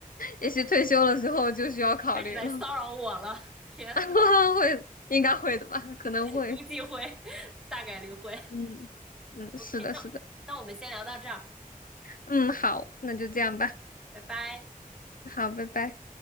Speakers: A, on the left; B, in the centre.
A: 也许退休了之后就需要考虑了，
B: 开始来骚扰我了，天，
A: <laughs> 会应该会的吧，可能会。
B: <laughs> 估计会，大概率会。
A: 嗯嗯，
B: OK，
A: 是的，
B: 那那我们先聊到这儿，
A: 是的。嗯，好，那就这样吧。
B: 拜拜。
A: 好，拜拜。